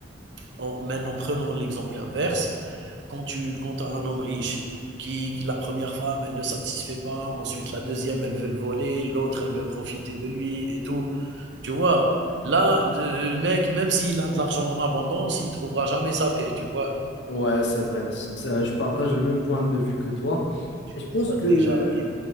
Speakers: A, on the right; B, on the left.
A: en- maintenant, prenons l'exemple inverse. Quand tu quand as un homme riche qui, qui- la première femme, elle ne le satisfait pas, ensuite la deuxième, elle veut le voler, l'autre, elle veut profiter de lui et tout. Tu vois, là, le mec, même s'il a de l'argent en abondance, il ne trouvera jamais sa paix, tu vois.
B: Ouais, c'est vrai. C- ça, je partage le même point de vue que toi.
A: Tu
B: Et je pense
A: vois,
B: que,
A: déjà, et-